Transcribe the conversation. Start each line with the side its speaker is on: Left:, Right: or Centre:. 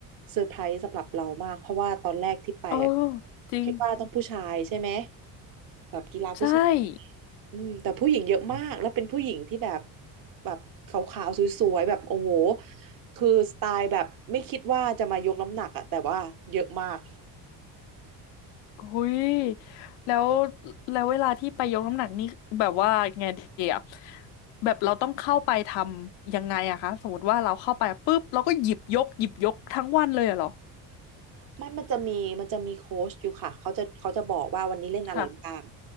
Right: เซอร์ไพรส์สำหรับเรามากเพราะว่าตอนแรกที่ไปอะ
Left: เออจริง
Right: คิดว่าต้องผู้ชายใช่ไหมแบบกีฬาผู้ชาย
Left: ใช่
Right: อืมแต่ผู้หญิงเยอะมากแล้วเป็นผู้หญิงที่แบบแบบขาวๆสวยๆแบบโอ้โหคือสไตล์แบบไม่คิดว่าจะมายกน้ำหนักอะแต่ว่าเยอะมาก
Left: หุยแล้วแล้วเวลาที่ไปยกน้ำหนักนี่แบบว่าไงดีอะแบบเราต้องเข้าไปทำยังไงอะคะสมมติว่าเราเข้าไปปุ๊บเราก็หยิบยกหยิบยกทั้งวันเลยอะเหรอ
Right: ไม่มันจะมีมันจะมีโค้ชอยู่ค่ะเขาจะเขาจะบอกว่าวันนี้เล่นอะไรบ้าง
Left: ค่ะ